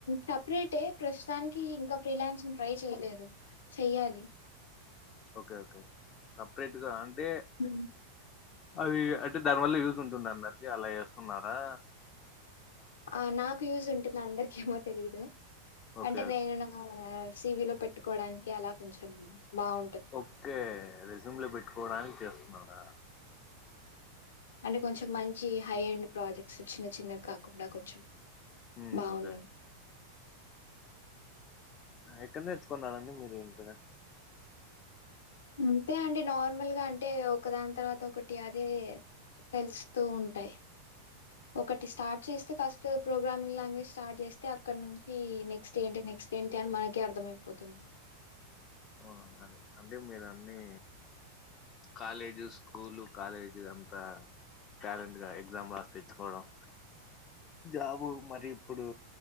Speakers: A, on the left (about 65°); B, on the left (about 30°).
A: సపరేటే ప్రస్తుతానికి ఇంకా ఫ్రీలాన్స్ంగ్ ట్రై చేయలేదు చెయ్యాలి
B: ఓకే ఓకే సపరేట్గా అంటే
A: ఉ
B: అది అంటే దాని వల్ల యూజ్ ఉంటుంది అందరికి అలా వేస్తున్నారా
A: ఆ నాకు యూజ్ ఉంటుంది అందరిక ఏమో తెలీదు
B: ఓకే
A: అంటే
B: ఓకే
A: నేను నా సివిలో పెట్టుకోవడానికి అలా కొంచెం బాగు
B: ఓకే రెజూమ్ లో పెట్టుకోవడానికి చేస్తున్నరా
A: అంటే కొంచెం మంచి హై ఎండ్ ప్రాజెక్ట్స్ చిన్న చిన్నవి కాకుండా కొంచెం
B: హు
A: బావున్నాం.
B: ఓకే ఎక్కడ నేర్చుకున్నరండి మీరు ఇంతగా
A: అంతే అండి నార్మల్గా అంటే ఒకదాని తర్వాత ఒకటి అదే తెలుస్తూ ఉంటాయి ఒకటి స్టార్ట్ చేస్తే ఫస్ట్ ప్రోగ్రామింగ్ లాంగ్వేజ్ స్టార్ట్ చేస్తే అక్కడ నుంచి నెక్స్ట్ ఏంటి నెక్స్ట్ ఏంటి అని మనకే అర్థమయిపోతుంది
B: అవునా అది అంటే మీరు అన్ని కాలేజీస్ స్కూలు కాలేజీ అంతా టాలెంట్ గా ఎగ్జామ్ రాసి తెచ్చుకోవడం జాబు మరి ఇప్పుడు